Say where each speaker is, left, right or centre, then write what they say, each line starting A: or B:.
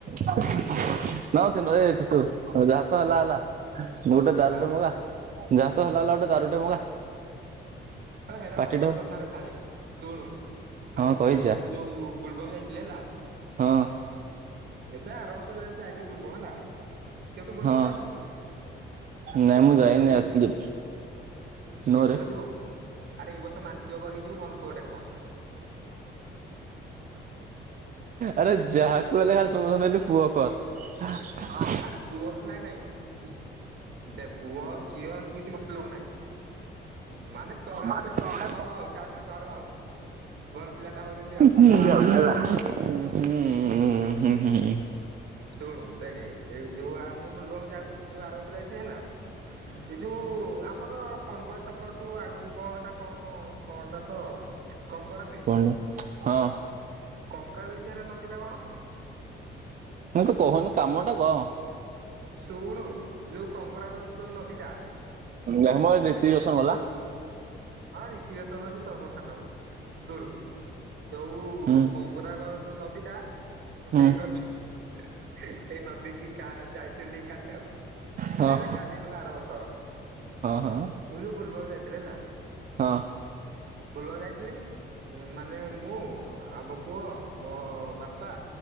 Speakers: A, on the right; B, on the right.
A: ହେ ନଁଚ୍ ନଏ ଏପିସୋ ଯାହା ତ ହେଲା ହେଲା। ଗୋଟେ
B: ଆଉ
A: ଦାରୁଟେ
B: ହାଁ
A: ମଗା ଯାହା ତ ହେଲା ହେଲା ଗୋଟେ
B: କଣ
A: ଦାରୁଟେ ମଗା।
B: ଆଉ ହେରା
A: ପାଟିଟେ
B: ବକବାସ
A: ହଉ
B: କଥା ହେରାଛାଡେ ଶୁଣୁ ଆରେ
A: ହଁ କହିଯା
B: ଯୋଉ ମୁଁ ଯୋଉ ବୁଲବମ ଯାଇଥିଲି ହେଲା
A: ହଁ
B: ଏବେ ଆର ବର୍ଷ ଯା ଯାଇଥିଲି ବୋଲବମ ହେଲା କେଉଠୁ ବୁଲବମ୍
A: ହଁ
B: ଯାଉନୁ କି?
A: ନାଇଁ
B: ବୋଲବମ
A: ମୁଁ ଯାଇନି
B: କେବେ ଯାଇନୁ
A: ଆକ୍ଚୁଆଲି
B: ଏଇ
A: ନୋରେ
B: ଏ ବର୍ଷ ଯିବୁ? ଆରେ ଏଇ ବର୍ଷ ମାନସିକ କରି ଯିବୁ ଭଲ ପୁଅଟେ ହବ?
A: ଆରେ ଯାହାକୁ ହେଲେ ଆଉ ସମସ୍ତେ କଇଲେ ପୁଅ କର।
B: ଆରେ ପୁଅ ନାଇଁ ନାଇଁ ଦେ ପୁଅ ଝିଅ କିଛି ମତ ଲବ ନହିଁ। ମାନେ ତୋ ଭଳିଆ
A: ମାନେ
B: ଛୁଆ ଟା
A: ତମେ
B: ଯେମିତି ନହବ ଆଉ ଟାଉଟର ଟର ଆଉ ଭଲ ପିଲା ଟା ହବ ଯେମିତି ଆଉ।
A: ହ
B: ହେଲା
A: ହୁଁ ହୁଁ ହୁଁ।
B: ଶୁଣୁ ଦେଖେ ଏ ଯୋଉ ମୁଁ ବୋଲବମ୍‌ ଯାଉ ଯୋଉ ଆରବର୍ଷ ଯାଇଥିଲି ହେଲା। ଏଇ ଯୋଉ ଆମର ପଣ୍ଡୁଆ ଛକଠୁ ଆଗକୁ କଣଟା କଣ? କଅଁଟା ଥ କଙ୍ଗର
A: କଣ ହଁ।
B: କଙ୍ଗା ବିଜା ର ନଦୀ ଟା କଣ?
A: ମୁଇଁ ତ କହୁନି କାମ ଟା କଣ?
B: ଶୁଣୁ ଯେଉଁ କଙ୍ଗାର ଗର ପର ଯୋଗ ନଦୀଟା
A: ଯାହା ମର ରିତିକ୍ଦୋଷନ୍‌ ଗଲା।
B: ହଁ ରୀତି ଭିତିକ୍ରୋଷନ ବି ସମସ୍ତ <unintelligible> ଶୁଣୁ ଯୋଉ
A: ହୁଁ
B: କଙ୍ଗରା ଘର ଯୋଉ ନଦୀ ଟା
A: ହୁଁ
B: ସେଇ ନଦୀ ସେଇ ନଦୀ କିି ଯାଇଥିଲି କାଲି ଆଉ
A: ହଁ ହଁ
B: ନାଇବେ କାଲି ନୁହଁ ଆର ବର୍ ସହ ମୁଁ
A: ହଁ
B: ଯୋଉ ବୁଲବବ ଯାଇଥିଲି ହେଲା
A: ହଁ।
B: ବଲବସ ଯାଇଥିଲି ମାନେ ମୁଁ ଆମ ପୁଅ ମୋ ବାପା ପା